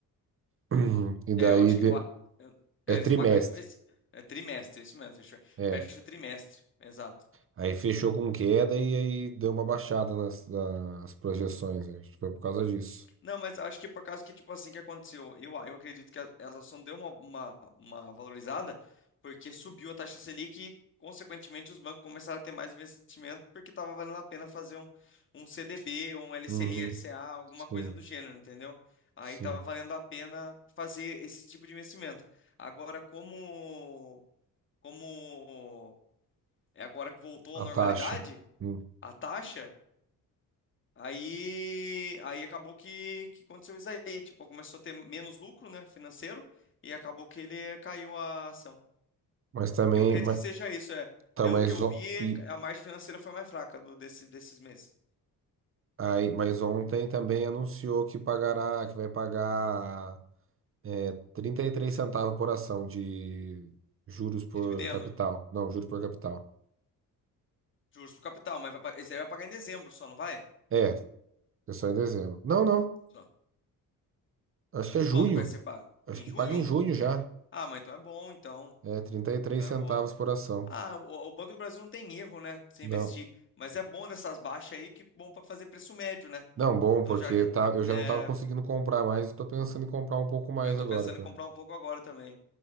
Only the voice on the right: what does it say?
<clears throat> E daí
de-
é
trimestre.
É.
Aí fechou com queda e aí deu uma baixada nas, nas projeções. Acho que foi por causa disso.
Uhum.
Sim,
sim.
A
taxa. Hum.
Mas também,
mas,
tá,
mas,
o-
e,
aí, mas ontem também anunciou que pagará, que vai pagar é, 33 centavos por ação de juros por
capital. Não, juros por capital.
É, é só em dezembro. Não, não.
Acho que é junho.
Acho
que
paga em junho já.
É, 33
centavos
por ação.
Não.
Não, bom,
porque
tá, eu
já não tava conseguindo comprar mais, eu tô pensando em comprar um pouco mais
agora,
cara.